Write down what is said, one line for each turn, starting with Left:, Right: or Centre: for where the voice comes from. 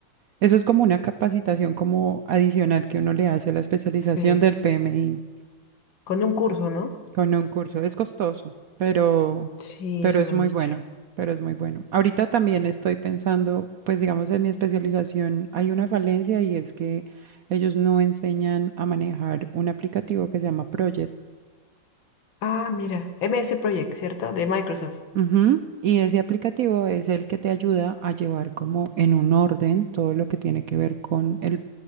Right: Eso es como una capacitación como adicional que uno le hace a la especialización
Left: Sí.
Right: del PMI.
Left: Con un curso, ¿no?
Right: Con un curso. Es costoso, pero,
Left: Sí,
Right: pero
Left: eso
Right: es
Left: me
Right: muy
Left: han dicho.
Right: bueno, pero es muy bueno. Ahorita también estoy pensando, pues digamos, en mi especialización hay una falencia y es que ellos no enseñan a manejar un aplicativo que se llama Project.
Left: Ah, mira, MS Project, ¿cierto? De Microsoft.
Right: Ujú. Y ese aplicativo es el que te ayuda a llevar como en un orden todo lo que tiene que ver con el,